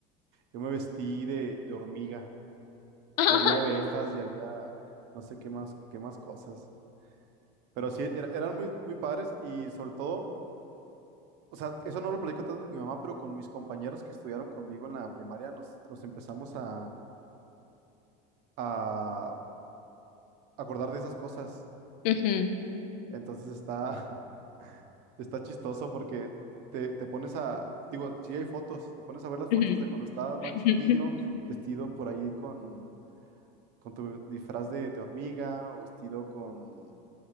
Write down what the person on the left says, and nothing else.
<laughs> Ajá.
Ujú,
ujú,
ujú, ujú.